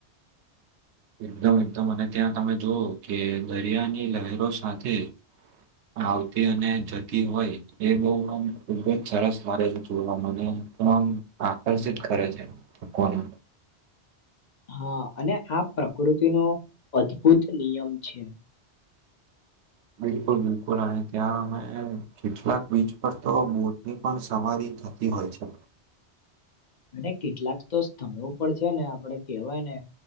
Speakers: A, on the right (about 80°); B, on the left (about 45°).
A: એકદમ એકદમ અને ત્યાં તમે જોવ કે દરિયાની લહેરો સાથે આવતી અને જતી હોય એ બો આમ ખુબજ સરસ લાગે છે, જોવા મને તો આમ આકર્ષિત કરે છે, લોકોને
B: હા અને આ પ્રકૃતિનો અદભુત નિયમ છે.
A: બિલકુલ, બિલકુલ અને ત્યાં અમે કેટલાક બીચ પર તો બોટની પણ સવારી થતી હોય છે.
B: અને કેટલાક તો સ્થળો પર છે ને આપડે કવાય ને